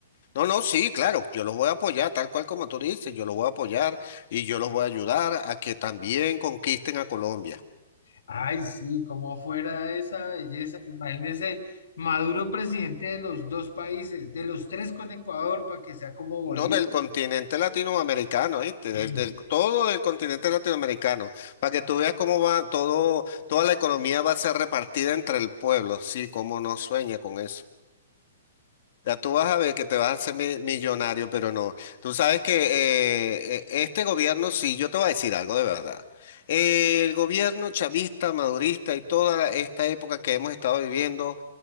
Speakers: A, on the left (about 45°); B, on the left (about 85°).
A: No, no, sí, claro, yo los voy a apoyar, tal cual como tú dices, yo los voy a apoyar y yo los voy a ayudar a que también conquisten a Colombia.
B: Ay, sí, como fuera esa belleza. Imagínese, Maduro presidente de los dos países, de los tres con Ecuador, para que sea como Bolívar.
A: No del continente latinoamericano, ¿viste?
B: <clears throat>
A: Del, del- todo el continente latinoamericano, para que tú veas cómo va todo, toda la economía va a ser repartida entre el pueblo, sí, cómo no sueña con eso. Ya tú vas a ver que te vas a hacer mi- millonario, pero no. Tú sabes que eh, eh, este gobierno, sí, yo te voy a decir algo de verdad. Eh, el gobierno chavista, madurista y toda la- esta época que hemos estado viviendo